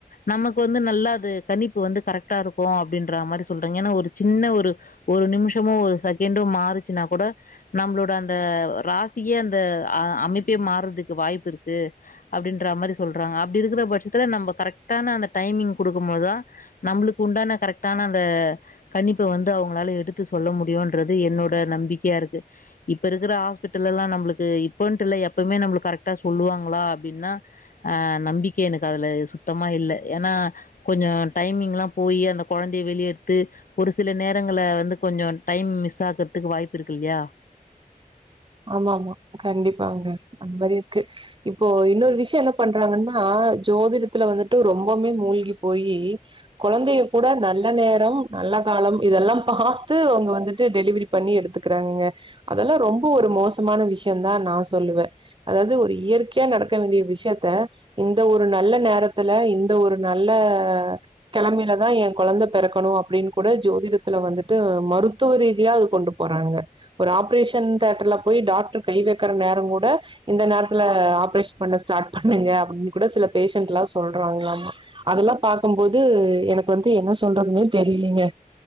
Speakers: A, on the left; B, on the right.
A: நமக்கு வந்து நல்ல அது கணிப்பு வந்து கரெக்ட்டா இருக்கு அப்டின்ற மாரி சொல்றாங்க ஏன்னா ஒரு சின்ன ஒரு ஒரு நிமிஷமு ஒரு செகண்டோ மாறிச்சின்னா கூட நம்மளோட அந்த ராசியே அந்த அ அமைப்பே மாறதுக்கு வாய்ப்பு இருக்கு அப்டின்ற மாரி சொல்றாங்க அப்படி இருக்கிற பட்சத்துல நம்ம கரெக்டான அந்த டைமிங் குடுக்கும் போதுதா நம்ளுக்கு உண்டான கரெக்டான அந்த கணிப்ப வந்து அவங்களால எடுத்து சொல்ல முடியுன்றது என்னோட நம்பிக்கையா இருக்கு இப்ப இருக்கிற ஹாஸ்பிட்டல் எல்லா நம்ளுக்கு இப்பன்ட்டு இல்ல எப்பமே நம்ளுக்கு கரெக்டா சொல்லுவாங்களா அப்டின்னா அ நம்பிக்கை எனக்கு அதுல சுத்தமா இல்ல ஏனா கொஞ்சோ டைமிங்லா போயி அந்த கொழந்தைய வெளிய எடுத்து ஒரு சில நேரங்கள வந்து கொஞ்சோ டைம் மிஸ் ஆகுறதுக்கு வாய்ப்பு இருக்கு இல்லயா
B: ஆமாமா கண்டிப்பாங்க அந்த மாரி இருக்கு இப்போ இன்னொரு விஷயோ என்ன பண்றாங்கன்னா ஜோதிடத்துல வந்துட்டு ரொம் போமே மூழ்கி போயி கொழந்தைய கூட நல்ல நேரம் நல்ல காலம் இதெல்லாம் பாத்து அவங்க வந்துட்டு டெலிவரி பண்ணி எடுத்துக்கிறாங்கங்க அதெல்லா ரொம் ப ஒரு மோசமான விஷயந் தா நா சொல்லுவ அதாது ஒரு இயற்கையா நடக்க வேண்டிய விஷயத்த இந்த ஒரு நல்ல நேரத்துல இந்த ஒரு நல்ல கெழமைலதா எ கொழந்த பெறக்கணு அப்படின்னு கூட ஜோதிடத்துல வந்துட்டு மரு த்துவ ரீதியா அது கொண்டு போறாங்க ஒரு ஆப்ரேஷன் தேட்டர்ல போய் டாக்டர் கை வைக்கிற நேரோ கூட இந்த நேரத்துல ஆப்ரேஷன் பண்ண ஸ்டாட் பண்ணுங்க அப்டின்னு கூட சில பேஷன்ட்ல்லா சொல்றாங்களாமா அதெல்லா பாக்கும்போது எனக்கு வந்து என்ன சொல்றதுன்னே தெரிலீங்க